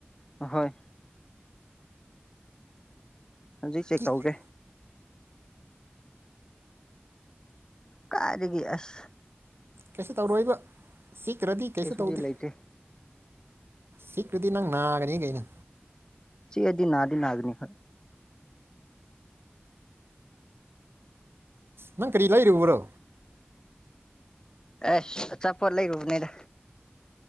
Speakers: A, on the left; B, on the right.
A: ꯑꯍꯣꯏ ꯍꯧꯖꯤꯛ ꯆꯦꯛ
B: ꯀꯩꯁꯨ
A: ꯇꯧꯒꯦ ꯀꯥꯏꯗꯒꯤ ꯑꯁ
B: ꯀꯩꯁꯨ ꯇꯧꯔꯣꯏꯕ ꯆꯤꯛꯈ꯭ꯔꯗꯤ ꯀꯩꯁꯨ
A: ꯀꯩꯁꯨꯨꯗꯤ
B: ꯇꯧꯗꯦ
A: ꯂꯩꯥꯇꯦ
B: ꯆꯤꯛꯈ꯭ꯔꯗꯤ ꯅꯪ ꯅꯥꯒꯅꯤ ꯀꯩꯅ
A: ꯆꯤꯛꯑꯗꯤ ꯅꯥꯗꯤ ꯅꯥꯒꯅꯤ ꯍꯣꯏ
B: ꯅꯪ ꯀꯔꯤ ꯂꯩꯔꯨꯕ꯭ꯔꯣ
A: ꯑꯁ ꯑꯆꯥꯄꯣꯠ ꯂꯩꯔꯨꯕꯅꯤꯗ